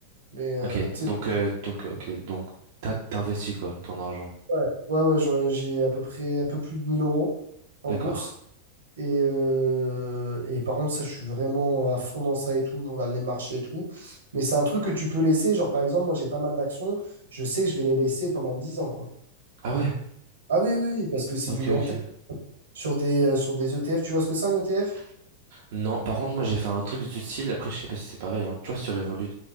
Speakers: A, on the right (about 90°); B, on the right (about 65°).
A: mais euh,
B: ok,
A: tu
B: donc,
A: sais.
B: euh, donc, euh, ok, donc, t'as, t'investis, quoi, ton argent.
A: Ouais, ouais, ouais, j'en- j'ai à peu près un peu plus de 1000 euros en
B: D'accord.
A: bourse. Et, euh, et par contre, ça, je suis vraiment à fond dans ça et tout. Je regarde les marchés et tout. Mais c'est un truc que tu peux laisser. Genre, par exemple, moi, j'ai pas mal d'actions. Je sais que je vais les laisser pendant 10 ans, quoi.
B: Ah ouais,
A: Ah oui, oui, oui, parce que c'est
B: ok,
A: du long
B: ok.
A: terme. Sur des, euh, sur des ETF, tu vois ce que c'est un ETF?
B: Non, par contre, moi, j'ai fait un truc du style, après, je sais pas si c'est pareil, hein. Tu vois, sur Revolut,